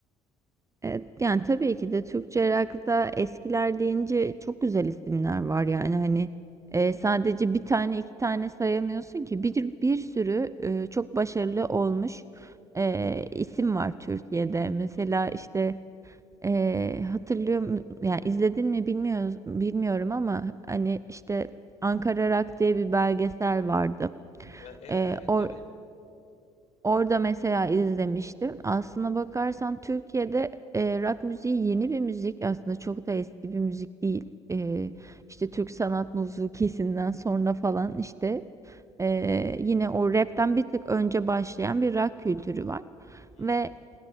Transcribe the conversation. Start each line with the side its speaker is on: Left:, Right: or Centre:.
Right: Evet, yani tabii ki de Türkçe rock'ta eskiler deyince çok güzel isimler var yani hani e, sadece bir tane iki tane sayamıyorsun ki bir bir sürü e, çok başarılı olmuş e, isim var Türkiye'de mesela
Left: Hı hı.
Right: işte e, hatırlıyor yani izledin mi bilmiyorum bilmiyorum ama hani işte Ankara Rock diye bir belgesel vardı.
Left: Ve- Evet
Right: E,
Left: evet
Right: or-
Left: evet.
Right: Orada mesela izlemiştim. Aslına bakarsan Türkiye'de e, rock müziği yeni bir müzik. Aslında çok da eski bir müzik değil. E, işte Türk sanat müziği kesinden sonra falan işte e, yine o rapten bir tık önce başlayan bir rock kültürü var.
Left: Hı
Right: Ve
Left: hı.